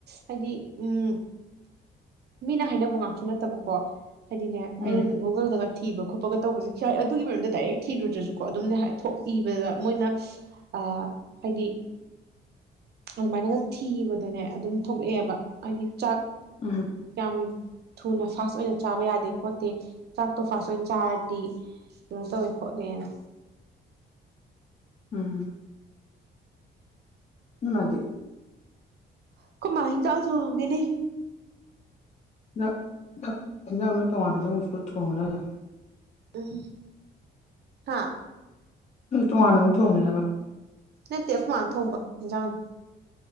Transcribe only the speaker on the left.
<inaudible>
ꯎꯝ
ꯎꯝ
ꯎꯝ ꯅꯣꯏ ꯃꯥꯗꯤ
ꯅ ꯈ ꯍꯦꯟꯖꯥꯡ ꯅꯣꯏ ꯇꯣꯡꯉꯥꯟꯅ ꯁꯨ ꯑꯃꯨꯛꯁꯨ ꯊꯣꯡꯉꯔꯣꯏ ꯍꯥꯏꯗꯥꯏꯅꯦ
ꯎꯝ ꯇꯣꯉꯥꯟꯅ ꯑꯃꯨꯛ ꯊꯣꯡꯉꯤꯔꯕ